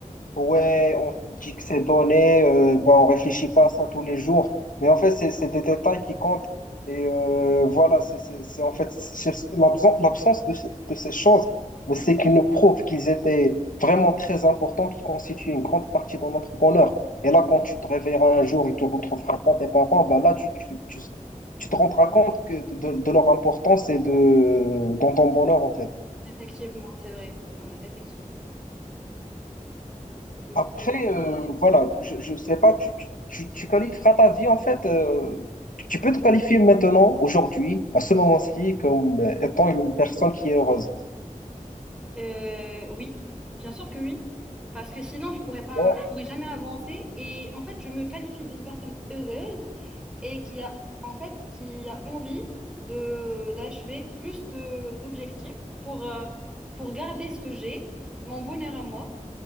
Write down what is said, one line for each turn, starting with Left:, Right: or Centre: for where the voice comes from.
Left: Ouais, on dit que c'est donné, euh, ben on réfléchit pas à ça tous les jours. Mais en fait, c'est c'est des détails qui comptent. Et euh, voilà, c'est c'est- c'est en fait c'est- c'est l'absen- l'absence de, ce- de ces choses, mais c'est qu'ils nous prouvent qu'ils étaient vraiment très importants, qui constituaient une grande partie de notre bonheur. Et là, quand tu te réveilleras un jour et tu retrouveras pas tes parents, ben là, tu, tu, tu, tu te rendras compte que de, de de leur importance et de, dans ton bonheur, en fait.
Centre: Effectivement, c'est vrai. Ouais, effectivement. Et Du
Left: Après,
Centre: coup, euh,
Left: euh, voilà, je, je sais pas, tu, tu, tu tu qualifieras ta vie en fait. euh, tu peux te qualifier maintenant, aujourd'hui, à ce moment-ci, comme euh, étant une personne qui est heureuse.
Centre: euh, oui, bien sûr que oui, parce que sinon je pourrais pas,
Left: Ouais,
Centre: je pourrais jamais avancer. Et en fait, je me qualifie d'une personne heureuse et qui a en fait qui a envie de d'achever plus de d'objectifs pour euh, pour garder ce que j'ai, mon bonheur à moi,